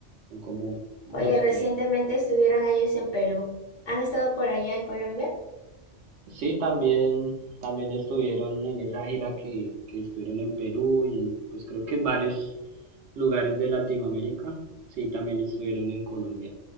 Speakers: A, on the right; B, on the left.
A: Son como los
B: Oye, recientemente
A: que
B: estuvieron ellos en Perú. ¿Han estado por allá en Colombia?
A: sí también también estuvieron en esa gira que, que estuvieron en Perú y en, pues creo que en varios lugares de Latinoamérica. Sí, también estuvieron en Colombia.